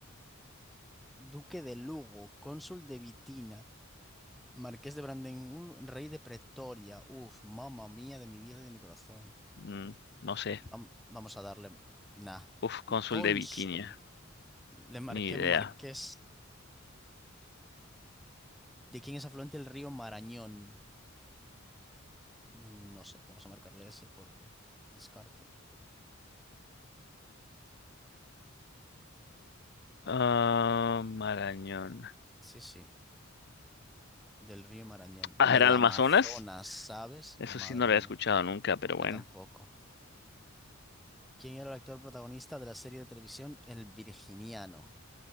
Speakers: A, in the centre; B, on the left.
A: Duque de Lugo, cónsul de Vitina. Marqués de Brandenburg, rey de Pretoria. Uf, mamá mía de mi vida y de mi corazón.
B: Mm, no sé.
A: Vam- vamos a darle. Nah.
B: Uf, cónsul
A: El Cónsul.
B: de Bitinia.
A: Le marqué
B: Ni idea.
A: marqués. ¿De quién es afluente el río Marañón? Mm, No sé, vamos a marcarle ese por descarte.
B: Ah, Marañón.
A: Sí, sí, del río Marañón.
B: Ah,
A: Del
B: ¿era Amazonas?
A: Amazonas, ¿sabes?
B: Eso
A: Madre
B: sí no lo
A: mía,
B: había escuchado nunca, pero
A: yo
B: bueno.
A: tampoco. ¿Quién era el actor protagonista de la serie de televisión El Virginiano?